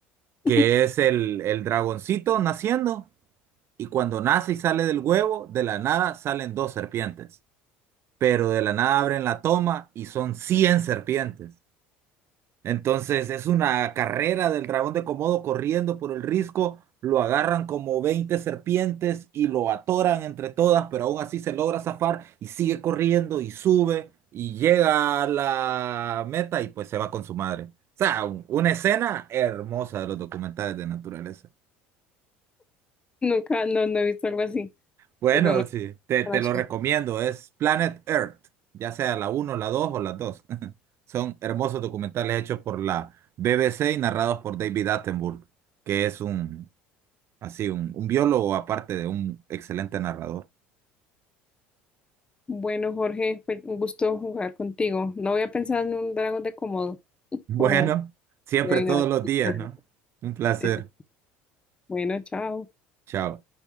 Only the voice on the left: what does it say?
<laughs>
Nunca, no, no he visto algo así.
Pero lo
tan
chévere.
Bueno, Jorge, fue un gusto jugar contigo. No había pensado en un dragón de Komodo,
como
de
nada.
<laughs>
Sí, sí. Bueno, chao.